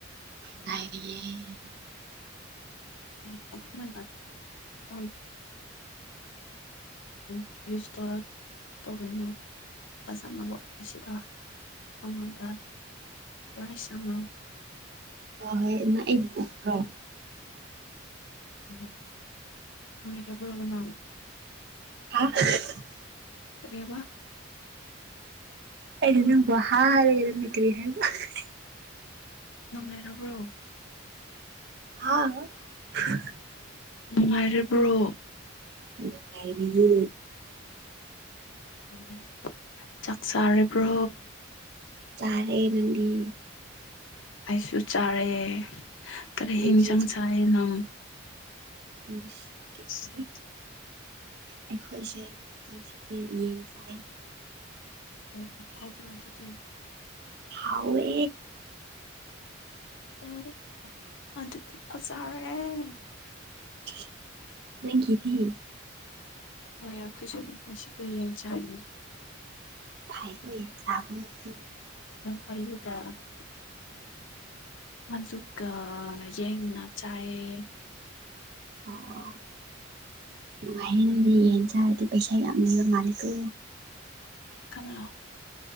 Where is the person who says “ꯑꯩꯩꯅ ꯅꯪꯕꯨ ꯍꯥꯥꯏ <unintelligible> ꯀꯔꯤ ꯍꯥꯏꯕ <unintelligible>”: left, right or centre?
Right